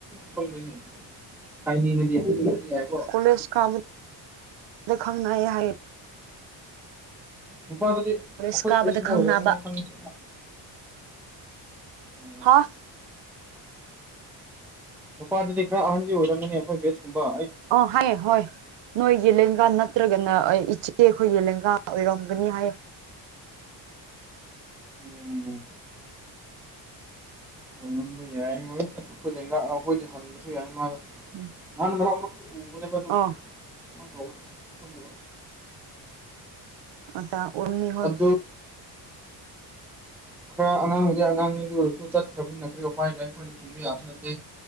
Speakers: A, in the centre; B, on the right.
A: ꯈꯪꯗꯦꯅꯦ ꯍꯥꯏꯅꯤꯡꯉꯗꯤ ꯍꯥꯏꯅꯤꯡꯉꯗꯤ ꯌꯥꯏꯀꯣ
B: ꯀꯣꯂꯦꯁ ꯀꯥꯕ ꯗ ꯈꯪꯅꯩ ꯍꯥꯏꯌꯦ
A: ꯅꯨꯄꯥꯗꯨꯗꯤ ꯑꯩꯈꯣꯏ
B: ꯀꯣꯂꯦꯖ ꯀꯥꯕꯗ
A: ꯕꯦꯠꯁꯃꯨꯛ
B: ꯈꯪꯅꯕ
A: ꯑꯣꯏꯔꯝꯒꯅꯤ ꯈꯪꯉꯤ ꯎꯝ
B: ꯍꯥ
A: ꯅꯨꯄꯥꯗꯗꯤ ꯈꯔ ꯑꯍꯟꯗꯤ ꯑꯣꯏꯔꯝꯃꯅꯤ ꯑꯩꯈꯣꯏ ꯕꯦꯠꯁꯀꯨꯝꯕ ꯑꯩ
B: ꯑꯥ ꯍꯥꯏꯌꯦ ꯍꯣꯏ ꯅꯣꯏꯒꯤ ꯂꯦꯡꯒꯥ ꯅꯠꯇ꯭ꯔꯒꯅ ꯏꯆꯦ ꯑꯩꯈꯣꯏꯒꯤ ꯂꯦꯡꯒꯥ ꯑꯣꯏꯔꯝꯒꯅꯤ ꯍꯥꯏꯌꯦ
A: ꯎꯝ ꯑꯣꯏꯔꯝꯕ ꯌꯥꯏꯋꯣꯠ ꯑꯩꯈꯣꯏ ꯂꯦꯡꯒꯥ ꯑꯩꯈꯣꯏꯗꯩ ꯍꯟꯕꯁꯨ ꯌꯥꯏ ꯃꯥꯗꯣ
B: ꯎꯝ
A: ꯅꯍꯥꯟ ꯃꯔꯛ ꯃꯔꯛꯇ ꯎꯕꯅꯦꯕ ꯑꯗꯨ
B: ꯑꯥ
A: ꯀꯃꯥꯏ ꯇꯧꯕꯅꯣ ꯈꯪꯗꯕ
B: <unintelligible> ꯑꯣꯏꯔꯝꯅꯤ ꯍꯣꯏ
A: ꯑꯗꯨ ꯈꯔ ꯑꯉꯥꯡꯗꯤ ꯑꯉꯥꯡꯅꯤ ꯑꯗꯨ ꯑꯣꯏꯔꯁꯨ ꯆꯠꯈ꯭ꯔꯕꯅꯤꯅ ꯀꯔꯤ ꯎꯄꯥꯏ ꯂꯩ ꯑꯩꯈꯣꯏꯅ ꯊꯤꯡꯕ ꯌꯥꯕꯁꯨ ꯅꯠꯇꯦ